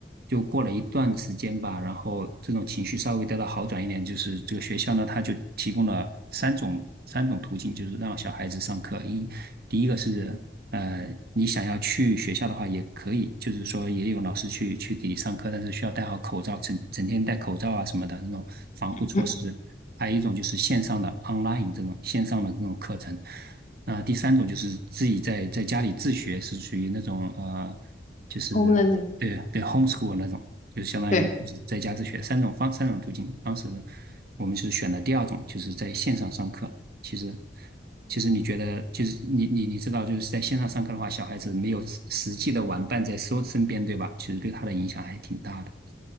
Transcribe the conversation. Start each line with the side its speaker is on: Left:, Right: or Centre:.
Right: 就过了一段时间吧，然后这种情绪稍微得到好转一点，就是这个学校呢，他就提供了三种三种途径，就是让小孩子上课。一，第一个是呃你想要去学校的话也可以，就是说也有老师去去给你上课，但是需要戴好口罩，整整天戴口罩啊什么的那种防护措施。
Left: 嗯
Right: 还有一种就是线上的 online 这种线上的这种课程，啊、呃第三种就是自己在在家里自学，是属于那种呃，就是对对
Left: ，home learning，
Right: homeschool 那种，就是相当于就是在家自学三种方三种途径。
Left: 对。
Right: 当时我们是选的第二种，就是在线上上课。其实其实你觉得就是你你你知道就是在线上上课的话，小孩子没有实实际的玩伴在身身边，对吧？其实对他的影响还挺大的。